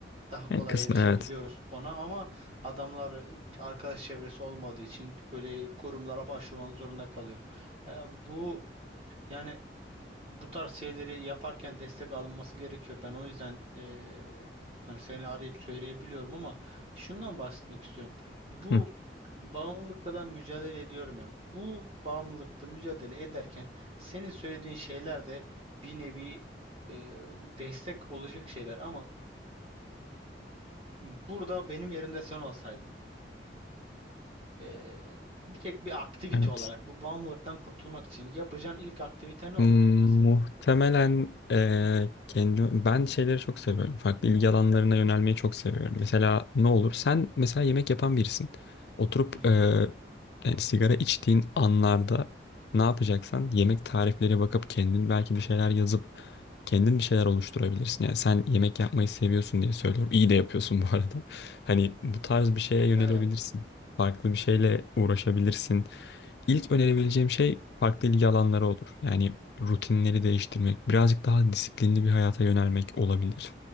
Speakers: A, on the right (about 35°); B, on the left (about 70°).
A: daha kolay
B: Yani kısmen
A: erişebiliyoruz
B: evet.
A: ona ama adamlar e, arkadaş çevresi olmadığı için böyle kurumlara başvurmak zorunda kalıyor. E, bu yani bu tarz şeyleri yaparken destek alınması gerekiyor. Ben o yüzden e, hani seni arayıp söyleyebiliyorum ama şundan bahsetmek istiyorum. Bu
B: Hı.
A: bağımlılıkla ben mücadele ediyorum ya. Bu bağımlılıkla mücadele ederken senin söylediğin şeyler de bir nevi e, destek olacak şeyler ama Burada benim yerimde sen olsaydın. Ee, direkt bir aktivite
B: Evet.
A: olarak bu bağımlılıktan kurtulmak için yapacağın ilk aktivite ne
B: Hmm,
A: olurdu mesela?
B: Muhtemelen eee kendim ben şeyleri çok seviyorum. Farklı ilgi alanlarına yönelmeyi çok seviyorum. Mesela ne olur? Sen mesela yemek yapan birisin. Oturup
A: Hı
B: eee,
A: hı.
B: yani sigara içtiğin anlarda ne yapacaksan yemek tarifleri bakıp kendin belki bir şeyler yazıp kendin bir şeyler oluşturabilirsin. Yani sen yemek yapmayı seviyorsun diye söylüyorum. İyi de yapıyorsun bu arada. Hani bu tarz bir şeye yönelebilirsin.
A: Eyvallah.
B: Farklı bir şeyle uğraşabilirsin. İlk önerebileceğim şey farklı ilgi alanları olur. Yani rutinleri değiştirmek, birazcık daha disiplinli bir hayata yönelmek olabilir.